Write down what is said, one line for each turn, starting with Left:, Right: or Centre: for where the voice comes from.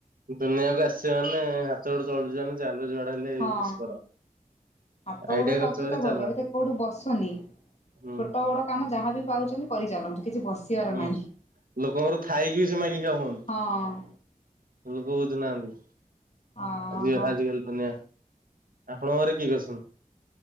Right: ଦୁନିଆକୁ ଆସିବେ ମାନେ ହାତ ଗୋଡ ଚଳୁଛି ମାନେ ଚାଲୁ ଯୁଆଡେ ହେଲେ
Left: ହଁ
Right: ବିଜନେସ କର।
Left: ହାତ
Right: ଆଇଡିଆ
Left: ଗୋଡ ଚାଲିଚି
Right: ଖର୍ଚ୍ଚ କରି
Left: ତ
Right: ଚାଲ
Left: ଭଲ ଏବେ ତ କୋଉଠି ବସନି।
Right: ହୁଁ
Left: ଛୋଟ ବଡ କାମ ଯାହାବି ପାଉଛନ୍ତି କରିଚାଲନ୍ତୁ। କିଛି ବସିବାର
Right: ହୁଁ,
Left: ନାହିଁ।
Right: ଲୋକଙ୍କର ଥାଇକି ବି ସେ ମାଗିଖିଆ ହୁଅନ୍ତି।
Left: ହଁ
Right: ଲୋକ ବୁଝୁନାହାନ୍ତି।
Left: ଅ
Right: ଆ-ଆଜିକାଲି
Left: ହଁ।
Right: ଦୁନିଆ ଆପଣଙ୍କ ଘରେ କିଏ କିଏ ଅଛନ୍ତି?